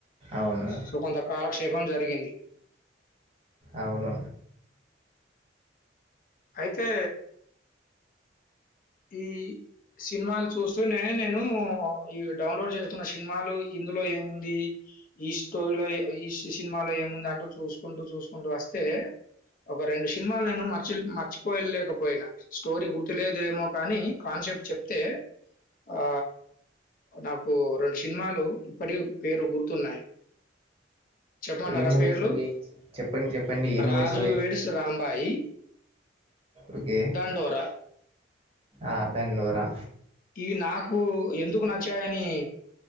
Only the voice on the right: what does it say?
అవును
అవును
ఏం మూవీస్
అవి చెప్పండి చెప్పండి ఏం
మూవీస్ అవి
ఓకే
ఆ దండోరా